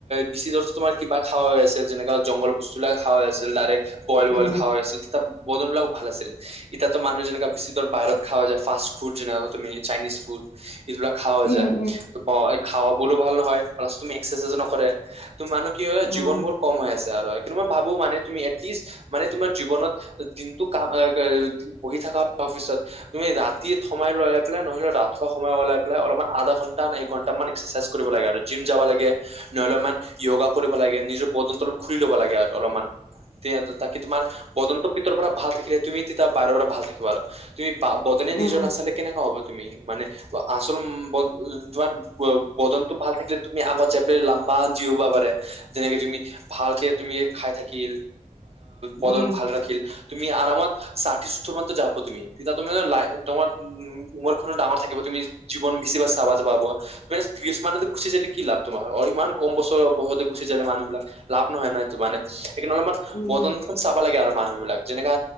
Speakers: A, on the right; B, on the left.
A: বেছি জো তোমাৰ কিবা খা হৈ আছিল যেনে জংঘল বস্তুবিলাকে খাই আছিল, ডাইৰেক বইল ৱইল
B: উম,
A: খাই হৈ আছিল। তেতিয়া বদন বিলাকো ভাল আছিল। এতিয়াটো মানুহ যেনেকা <unintelligible> বাহিৰত খাৱা যায় ফাষ্ট ফুড যেনেকা তুমি চাইনিজ ফুড এইগিলাক খাৱা যায়।
B: উম, উম, উম, উম, উম,
A: খাৱাবোৰো ভাল নহয়। প্লাছ তুমি এক্সাৰচাইজো নকৰে। তু মানে কি হয়
B: উম,
A: জীৱনবোৰ কম হৈ আছে আৰু। মই ভাবো মানে তুমি এটলিষ্ট মানে তোমাৰ জীৱনত দিনটো ক বহি থকা। অফিচত তুমি ৰাতি সময়াই লাই পেলাই নহলে ৰাতিপুৱা সময় ওলাই পেলাই অলপমান আধা ঘন্টা ন এক ঘণ্টা মানে এক্সাৰচাইজ কৰিব লাগে আৰু জিম যাব লাগে। নহলে ইমান য়োগা কৰিব লাগে নিজৰ বদনটো অলপ খুলি ল'ব লাগে আৰু। অলপমান তে তাকে তোমাৰ বদনটো ভিতৰৰ পৰা ভাল থাকিলে তুমি তেতিয়া বাৰে বাৰে ভাল থাকিবা আৰু। তুমি বা বদনে
B: উম,
A: নিজৰ নাচালে কেনেকুৱা হ, ব? তুমি মানে আচল তোমাৰ বদন্ত ভাল থাকিল তুমি আগত জেপিয়া লাভ বা জিওবা পাৰে যেনেকে তুমি ভালকে তুমি খাই থাকিল বদন
B: উম,
A: ভাল ৰাখিল। তুমি আৰামত চাঠি, সত্তৰ মানটো যাব তুমি তেতিয়া তুমি ল তোমাৰ উম তোমাৰখনো ডাঙৰ থাকিব। তুমি জীৱন বেছি চাবা যাব। <unintelligible> গুচি যালে কি লাভ তোমাৰ? অ ইমান কম বছৰ বয়তে গুচি যালে মানুহ বিলাক লাভ নহয় না। মানে সেইকাৰনেই অলপমান
B: উম,
A: বদনখন চাবা লাগে আৰু মানুহ বিলাক যেনেকা